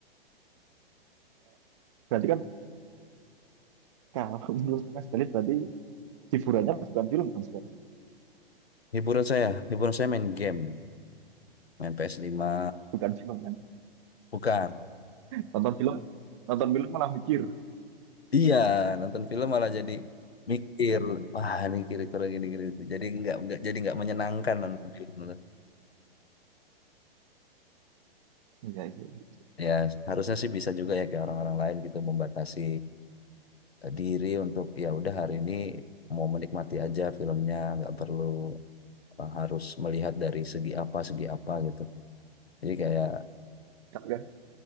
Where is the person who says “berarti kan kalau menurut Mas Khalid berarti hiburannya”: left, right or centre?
Right